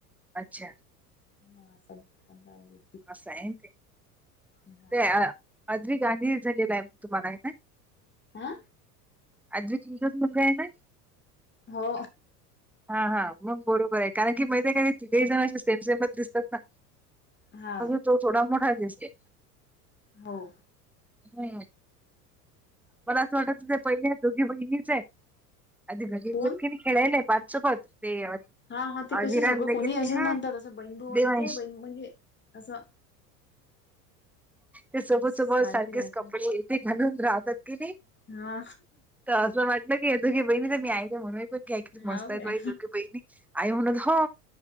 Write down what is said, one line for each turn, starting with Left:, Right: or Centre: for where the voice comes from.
Centre: अच्छा.
Left: मग असा पण जाऊ दे.
Centre: असं आहे ना ते.
Left: हा
Centre: ते आद्वीक <unintelligible> झालेला आहे तुम्हाला हाय ना?
Left: आ?
Centre: आजीची एकच मुलगी आहे ना?
Left: हो.
Centre: हा हा मग बरोबर आहे. कारण की माहित आहे का तिघेही जण असे सेम सेमच दिसतात ना.
Left: हा
Centre: अग तो थोडा मोठा दिसतोय.
Left: हो‌.
Centre: हम्म. मला असं वाटत होत पहिले आहेत दोघी बहिणीचं आहेत. आधी घरी
Left: कोण
Centre: <unintelligible> नाही. हेला आहे नाही <unintelligible> ते
Left: हा हा ते कसे
Centre: अभिरानला
Left: सगळं कोणी
Centre: किती
Left: असेच
Centre: हा
Left: म्हणतात. असं बहीण भाऊ आहेत
Centre: देवांशी
Left: का? बहिण म्हणजे असं
Centre: ते सोबत
Left: सारखे
Centre: सोबत सारखेच
Left: राहतात
Centre: कपडे ते घालून राहतात की नाही.
Left: हा.
Centre: तर असं वाटलं की या दोघी बहिणी तर मी ऐ काय म्हणून का किती
Left: हाव
Centre: मस्त हाईत
Left: काय
Centre: बाई दोघी बहिणी. आई म्हणत हा.